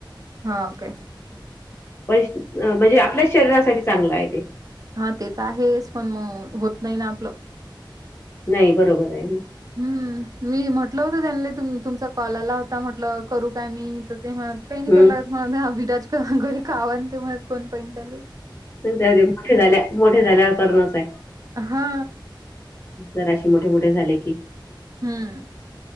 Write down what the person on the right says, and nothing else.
हा. ओके.
हा ते तर आहेच पण मग होत नाही ना आपलं.
हम्म. मी म्हटलं होत त्यांनले तुमचा कॉल आला होता, म्हटलं करू काय मी तर ते म्हणत काही
नाही करू लागतं. <unintelligible> विराज घरी कावान ते म्हणत कोण पण त्याले.
हा.
हम्म.